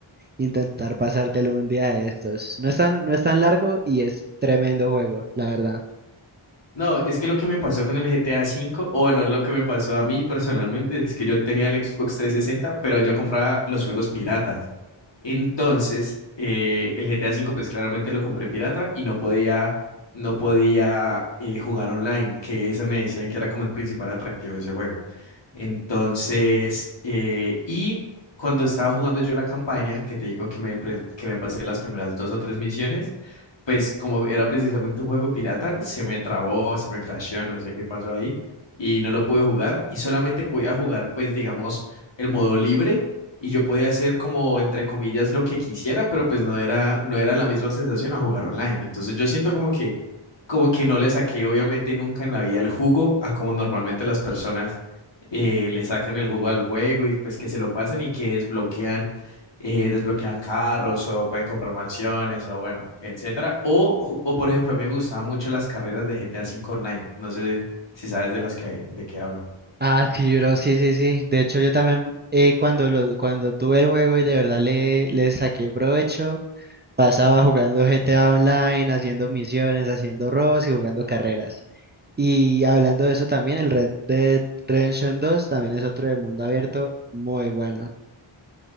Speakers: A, on the right; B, on the left.
A: intentar pasártelo un día de estos. No es tan, no es tan largo y es tremendo juego, la verdad.
B: No, es que lo que me pasó con el GTA 5, o bueno, lo que me pasó a mí personalmente es que yo tenía el Xbox 360, pero yo compraba los juegos piratas. Entonces, eh, el GTA V, pues claramente lo compré pirata y no podía, no podía eh, jugar online, que ese me decían que era como el principal atractivo de ese juego. Entonces, eh, y cuando estaba jugando yo la campaña, que te digo que me, pre- que me pasé las primeras dos o tres misiones, pues como era precisamente un juego pirata, se me trabó, se me crasheó, no sé qué pasó ahí, y no lo pude jugar, y solamente podía jugar, pues digamos, el modo libre y yo podía hacer como, entre comillas, lo que quisiera, pero pues no era, no era la misma sensación a jugar online. Entonces yo siento como que, como que no le saqué obviamente nunca en la vida el jugo a como normalmente las personas eh, le sacan el jugo al juego y pues que se lo pasan y que desbloquean, eh, desbloquean carros o pueden comprar mansiones o bueno, etcétera. O, ju- o por ejemplo, a mí me gustaban mucho las carreras de G T A cinco Online. No sé si sabes de las que, de qué hablo.
A: Ah, sí, bro, sí, sí, sí. De hecho, yo también eh, cuando lo, cuando tuve el juego y de verdad le, le saqué provecho, pasaba jugando GTA Online, haciendo misiones, haciendo robos y jugando carreras. Y hablando de eso también, el Red Dead Redemption 2 también es otro de mundo abierto muy bueno.